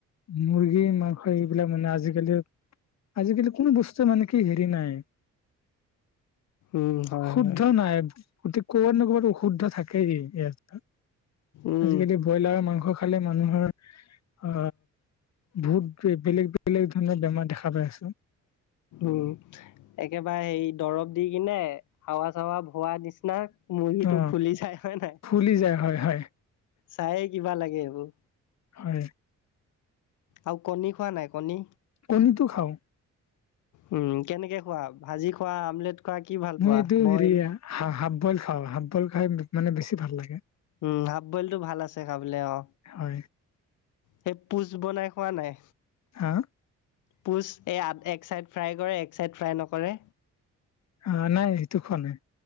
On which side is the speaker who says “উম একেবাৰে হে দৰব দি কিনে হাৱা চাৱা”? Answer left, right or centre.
Left